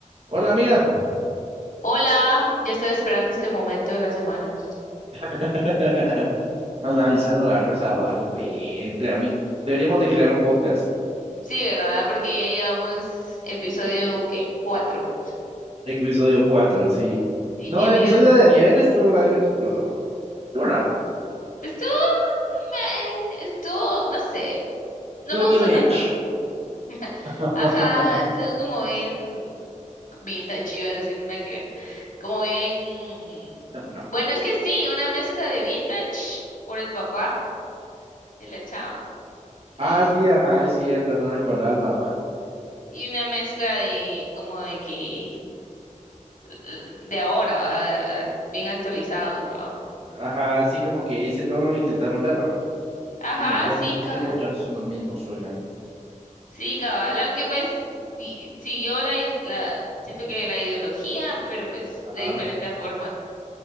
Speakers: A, on the right; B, on the left.
A: Hola amiga,
B: Hola, ya estaba esperando este momento de la semana.
A: <laughs> analizando la Rosa de Guadalupe entre amigos. Deberíamos de crear un podcast,
B: Sí, ¿verdad? Porque ya llevamos episodio, ¿qué? Cuatro.
A: episodio cuatro, sí.
B: Y
A: No,
B: tiene...
A: el episodio de ayer estuvo algo chistoso. Estuvo raro.
B: Estuvo... meh, Estuvo, no sé. No
A: Estuvo
B: me
A: New
B: gustó
A: Age.
B: tanto. <laughs>
A: <laughs>
B: Ajá, estuvo como bien... Vintage, iba a decir nada que ver. Como bien...
A: No.
B: Bueno, es que sí, una mezcla de vintage por el papá de la chava y,
A: Ah, sí, ajá, es cierto, no recordaba al papá.
B: y una mezcla de como de que eh, de ahora, ¿va? De- de- bien actualizados, ¿va?
A: Ajá, sí, como que ese tono le intentaron dar, ¿verdad?
B: Ajá,
A: Como ya
B: sí,
A: no, los
B: cabal.
A: tiempos ya no son los mismos, oigan.
B: Sí, cabal, aunque pues sí, siguió la, i- la, siento que la ideología, pero pues
A: Ajá.
B: de diferente forma.